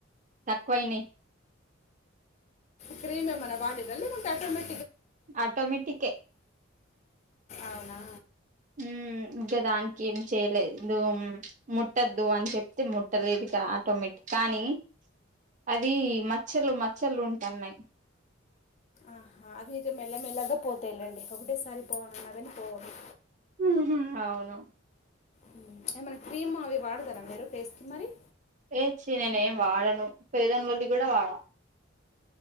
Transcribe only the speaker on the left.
క్రీమ్ ఎమన్న వాడిర్ర లేదంటే ఆటోమె
అవునా
ఆహా అవి ఇగ మెల్లమెల్లగా పోతాయ్లేండి ఒకటేసారి పోవాలన్నా కాని పోవు అవి
మ్మ్. ఏమైనా క్రీమ్ అవి వాడతారా మీరు ఫేస్కి మరి